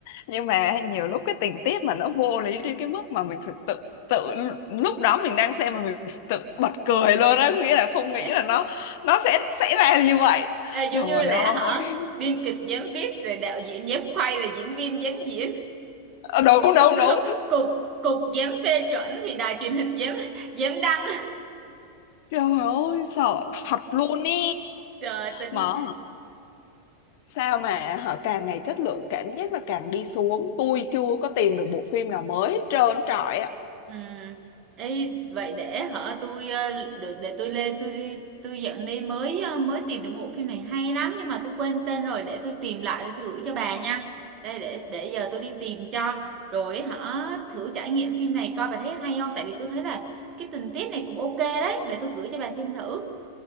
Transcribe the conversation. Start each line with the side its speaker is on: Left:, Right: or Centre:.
Left: nhưng mà nhiều lúc cái tình tiết mà nó vô lý đến cái mức mà mình thực tự tự lúc đó mình đang xem mà mình tự bật cười luôn á nghĩa là không nghĩ
Right: ê,
Left: là nó nó sẽ xảy ra như vậy
Right: ê,
Left: trời
Right: giống như là hả
Left: ơi
Right: biên kịch dám viết rồi đạo diễn dám quay rồi diễn viên dám diễn
Left: Ờ, đúng đúng
Right: <laughs>
Left: đúng
Right: cục cục dám phê chuẩn thì đài truyền hình dám dám đăng
Left: trời ơi sợ thật luôn ý
Right: trời tính
Left: mà hả, sao mà họ càng ngày chất lượng cảm giác là càng đi xuống tôi chưa có tìm được bộ phim nào mới hết trơn trọi
Right: Ừ. Ê, vậy để hả tôi ờ, để, để tôi lên tôi tôi dạo này mới ờ, mới tìm được một phim này hay lắm nhưng mà tôi quên tên rồi để tôi tìm lại để tôi gửi cho bà nha đây để để giờ tôi đi tìm cho rồi hả thử trải nghiệm phim này coi bà thấy hay không tại vì tôi thấy là cái tình tiết này cũng ok đấy để tôi gửi cho bà xem thử